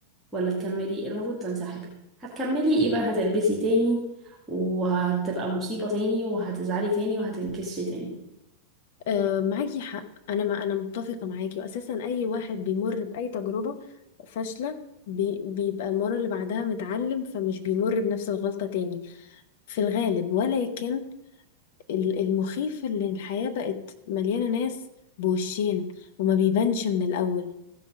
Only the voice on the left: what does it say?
أه معاكي حق انا ما انا متفقه معاكي واساسا اي واحد بيمر باي تجربه فاشله بي... بيبقى المره اللي بعدها متعلم فمش بيمر بنفس الغلطه تاني في الغالب ولكن ال- المخيف اللي الحياة بقت مليانة ناس بوشين وما بيبانش من الأول